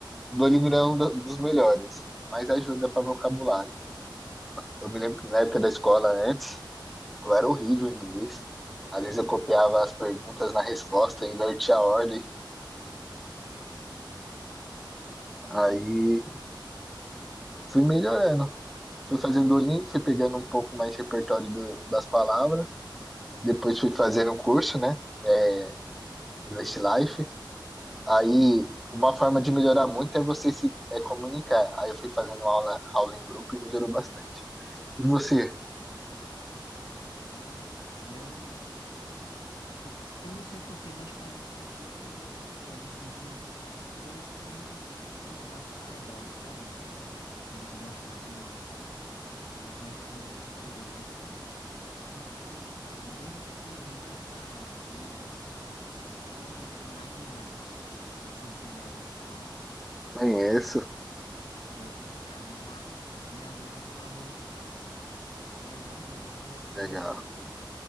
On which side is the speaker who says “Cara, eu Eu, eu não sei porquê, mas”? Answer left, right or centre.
Left